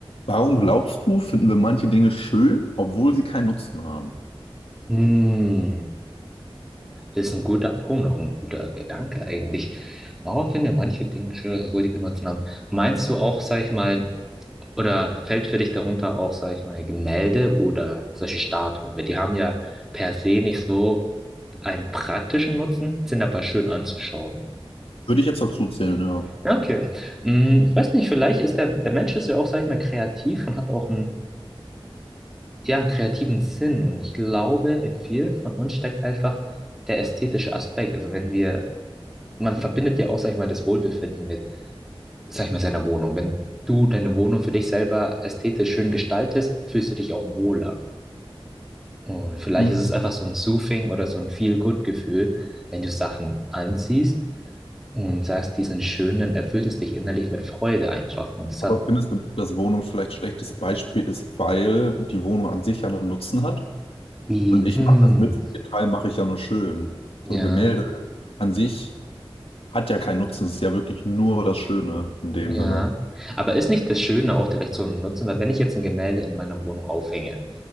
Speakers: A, on the left; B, in the centre.
A: Warum glaubst du, finden wir manche Dinge schön, obwohl sie keinen Nutzen haben?
B: Hm, das ist ein guter Punkt, auch ein guter Gedanke eigentlich. Warum finden wir manche Dinge schwer, obwohl die keinen Nutzen haben? Meinst du auch, sag ich mal, oder fällt für dich darunter auch, sag ich mal, Gemälde oder solche Statuen? Weil die haben ja per se nicht so einen praktischen Nutzen, sind aber schön anzuschauen.
A: Würde ich jetzt dazu zählen, ja.
B: Okay. Hm, weiß nicht, vielleicht ist der, der Mensch ist ja auch, sag ich mal, kreativ und hat auch einen, ja, einen kreativen Sinn. Und ich glaube, in vielen von uns steckt einfach der ästhetische Aspekt. Also wenn wir man verbindet ja auch, sag ich mal, das Wohlbefinden mit, sag ich mal, seiner Wohnung. Wenn du deine Wohnung für dich selber ästhetisch schön gestaltest, fühlst du dich auch wohler. Und vielleicht
A: Mhm.
B: ist es einfach so ein Soothing oder so ein Feel-Good-Gefühl, wenn du Sachen anziehst und sagst, die sind schön, dann erfüllt es dich innerlich mit Freude einfach. Und es
A: Aber
B: hat
A: findest du, dass Wohnung vielleicht ein schlechtes Beispiel ist, weil die Wohnung an sich ja einen Nutzen hat?
B: wie,
A: Und ich
B: hm,
A: mache das mit, den Teil mache ich ja nur schön.
B: ja,
A: So Gemälde an sich hat ja keinen Nutzen, es ist ja wirklich nur das Schöne in dem
B: ja.
A: Sinne.
B: Aber ist nicht das Schöne auch direkt so ein Nutzen? Weil wenn ich jetzt ein Gemälde in meiner Wohnung aufhänge,